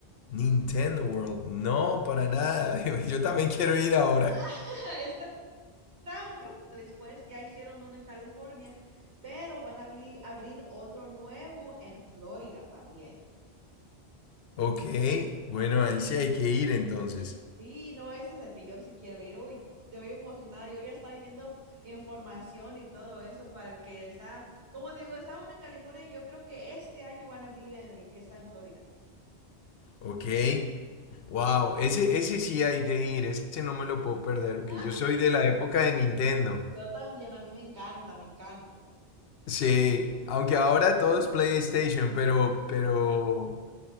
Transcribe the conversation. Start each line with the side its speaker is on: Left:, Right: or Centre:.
Left: Nintendo World. No, para
Right: Yes.
Left: nada. <laughs> Yo también quiero ir ahora.
Right: <laughs> Está está uno después, ya hicieron uno en California, pero van a abri- abrir otro nuevo en Florida también.
Left: Ok, bueno, ahí sí hay que ir entonces.
Right: Sí, no, ese es el que yo sí quiero ir. Uy, estoy emocionada. Yo ya estaba viendo información y todo eso para el que está, como te digo, está uno en California. Yo creo que este año van a abrir en el que está en Florida.
Left: Ok. Wow,
Right: Sí.
Left: ese, ese sí hay que ir, ese no me lo puedo perder, porque
Right: <laughs>
Left: yo soy
Right: Sí,
Left: de la época de Nintendo.
Right: yo también, a mí me encanta, me encanta.
Left: Sí, aunque ahora todo es PlayStation, pero, pero,